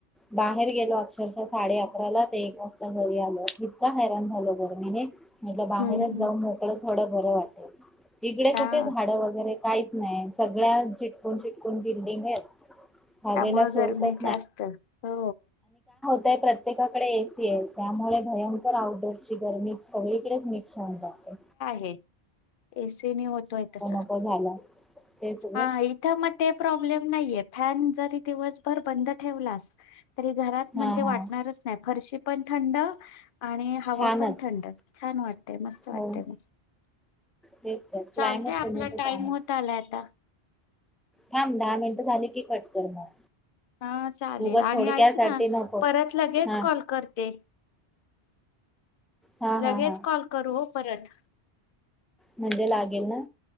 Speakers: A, in the centre; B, on the left.
A: बाहेर गेलो अक्षरशः साडे अकराला ते एक वाजता घरी आलो इतका हैरान झाल गरमीने म्हटलं बाहेरच
B: हम्म हम्म
A: जाऊन मोकळत थोडं बरं वाटल इकडे
B: हा
A: कुठे झाडं वगैरे काहीच नाही सगळया चिटकून चिटकून बिल्डिंग आहेत हवेला
B: त्यामुळ
A: सोर्सच
B: गरमी जास्त हो
A: ते प्रत्येकाकडे एसी आहे त्यामुळे भयंकर आउटडोअर ची गरमी सगळी तिकडेच मिक्स होऊन जातो
B: हे एसी ने होतोय कसा
A: नको झालं ते सगळं
B: ह इथ म ते प्रॉबलेम नाहीेये फॅन जरी दिवसभर बंद ठेवलास तरी घरात
A: हा
B: म्हणजे
A: हा
B: वाटणारच नाही फरशी पण थंड आणि हवा
A: छानच
B: पण थंड छान वाटते मस्त वाटते
A: हो
B: म.
A: तेच तर
B: चालतय
A: क्लायमेट
B: आपला
A: पुण्याचच
B: टाइम
A: आहे
B: होत आलाय आता
A: थांब दहा मिनटं झाली की कट कर मग
B: हा चालेल
A: उगच
B: आणि
A: थोडक्यासाठी
B: ऐक ना
A: नको
B: परत लगेच
A: हा
B: कॉल करते
A: हा
B: लगेच
A: हा हा
B: कॉल करू ओ परत
A: म्हणजे लागेल ना?